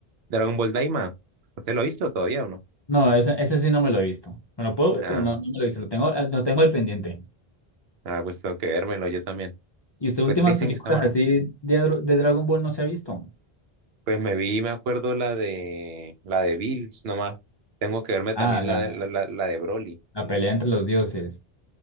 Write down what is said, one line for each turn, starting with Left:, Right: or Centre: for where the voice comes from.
Right: Dragon Ball Daima. ¿Usted lo ha visto todavía o no?
Left: No, ese, ese sí no me lo he visto. Me lo puedo ver,
Right: Ah,
Left: pero no, no me lo he visto. Lo tengo, lo tengo al pendiente.
Right: ah, pues tengo que vérmelo yo también.
Left: ¿Y usted últimas
Right: Pues dicen
Left: películas
Right: que está bueno.
Left: así de, Adro- de Dragon Ball no se ha visto?
Right: Pues me vi, me acuerdo la de la de Bills nomás. Tengo que verme
Left: Ah,
Right: también
Left: la,
Right: la de, la, la- la de Broly.
Left: la pelea entre los dioses,